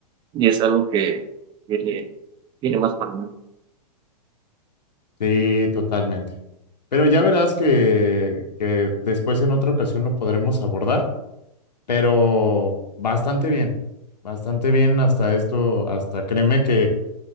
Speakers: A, on the right (about 20°); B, on the left (about 85°).
A: y es algo que tiene, tiene más para mí.
B: Sí, totalmente. Pero ya verás que, que después en otra ocasión lo podremos abordar, pero bastante bien, bastante bien hasta esto, hasta créeme que